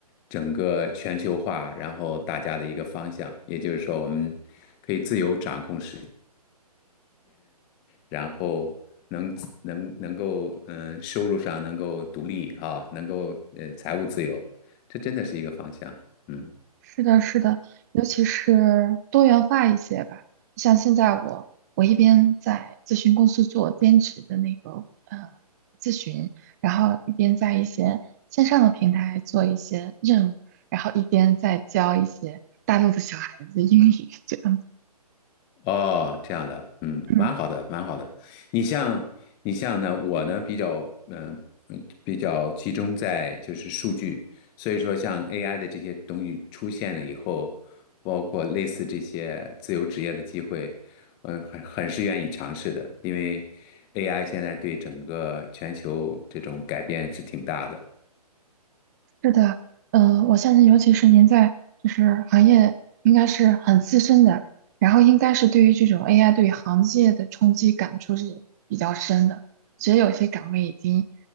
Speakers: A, on the left; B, on the right.
A: 整个全球化，然后大家的一个方向，也就是说我们可以自由掌控时间，然后能能能够嗯收入上能够独立啊，能够呃财务自由，这真的是一个方向，嗯。
B: 是的，是的，尤其是多元化一些吧。像现在我，我一边在咨询公司做兼职的那个呃咨询，然后一边在一些线上的平台做一些任务，然后一边在教一些大陆的小孩子英语，这样子。
A: 哦，这样的，嗯，
B: 嗯
A: 蛮好的，蛮好的。你像你像呢，我呢比较嗯、嗯比较集中在就是数据，所以说像 AI 的这些东西出现了以后，包括类似这些自由职业的机会，嗯、很很是愿意尝试的，因为 AI 现在对整个全球这种改变是挺大的。
B: 是的，呃，我相信，尤其是您在就是行业应该是很资深的，然后应该是对于这种 AI 对行业的冲击感触是比较深的。其实有些岗位已经